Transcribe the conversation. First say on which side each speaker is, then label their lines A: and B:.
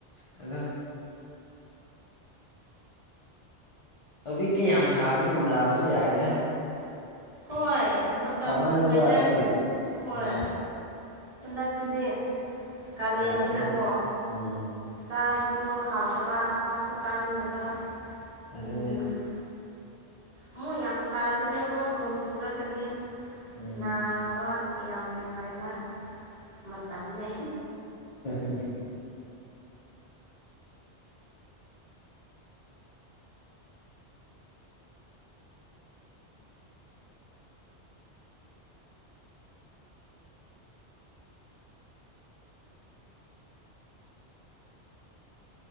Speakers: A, on the left; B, on the right.
A: ꯑꯗꯣ ꯍꯧꯖꯤꯛꯇꯤ ꯌꯥꯝ ꯁꯥꯕꯅꯤꯅ ꯅꯥꯕꯖꯨ ꯌꯥꯏꯗ
B: ꯍꯣꯏ ꯃꯇꯝꯁꯤ
A: ꯁꯥꯃꯜꯂꯦꯕ
B: ꯋꯦꯗꯔꯁꯤ
A: ꯑꯗꯨꯒꯤ
B: ꯍꯣꯏ
A: ꯎꯝ
B: ꯍꯟꯗꯛꯁꯤꯗꯤ ꯀꯥꯂꯦꯟꯅꯤꯅꯀꯣ
A: ꯌꯥꯗ꯭ꯔꯦ ꯎꯝ
B: ꯆꯥꯕꯁꯨ ꯍꯥꯎꯇꯕ ꯆꯥꯁꯨ ꯆꯥꯅꯤꯡꯗꯕ
A: ꯑꯗꯨꯅꯦ
B: <unintelligible> ꯑꯃꯨꯛ ꯌꯥꯝ ꯁꯥꯔꯛꯀꯅꯤ ꯑꯃꯨꯛ ꯅꯣꯡ ꯆꯨꯔꯛ ꯀꯅꯤ
A: ꯎꯝ
B: ꯅꯥꯕꯥ ꯌꯥꯝ ꯅꯨꯡꯉꯥꯏꯕ ꯃꯇꯝꯅꯦ
A: ꯑꯍꯨꯝ